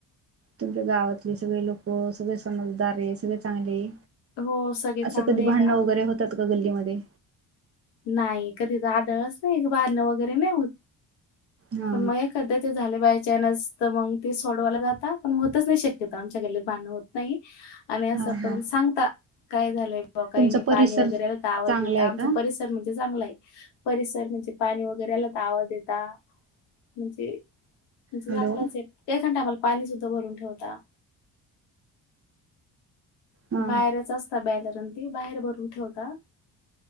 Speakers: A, on the right; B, on the left.
A: तुमच्या गावातले सगळे लोकं सगळे समजदार आहे सगळे चांगले.
B: हो सगळे चांगले
A: असं कधी भांडणं
B: आहे गावात.
A: वगैरे होतात का गल्लीमध्ये?
B: नाही कधी इथं आढळच नाही. भांडणं वगैरे नाही होत.
A: हा
B: पण मग एखाद्याचे झाले बाई. नसत मग ते सोडवायला जाता. पण होतच नाही शक्यतो आमच्या गल्लीत. भांडणं होत नाहीत. आणि असं
A: हा हा हा
B: पण सांगता. काय झालंय बा काही
A: तुमचा
B: नाही.
A: परिसर
B: पाणी वगैरेला आवाज
A: चांगला
B: देता
A: आहे
B: आमच
A: का?
B: तर म्हणजे चांगला आहे. परिसर म्हणजे पाणी वगैरे आला तर आवाज देता म्हणजे. म्हणजे
A: हॅलो
B: चांगलंच आहेत. एखाद्या टाईमला पाणी सुद्धा भरून ठेवता.
A: हा
B: बाहेरच असता. बॅलरन ती बाहेर भरून ठेवता.